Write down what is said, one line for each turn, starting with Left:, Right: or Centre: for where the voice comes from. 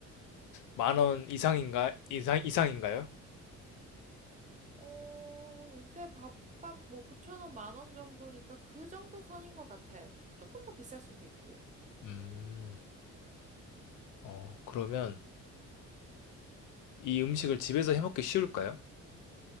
Left: 만 원 이상인가 이상 이상인가요?
Right: 어, 요새 밥값 뭐 구천 원, 만 원 정도니까 그 정도 선인 것 같아요. 조금 더 비쌀 수도 있고요.
Left: 음, 어, 그러면 이 음식을 집에서 해 먹기 쉬울까요?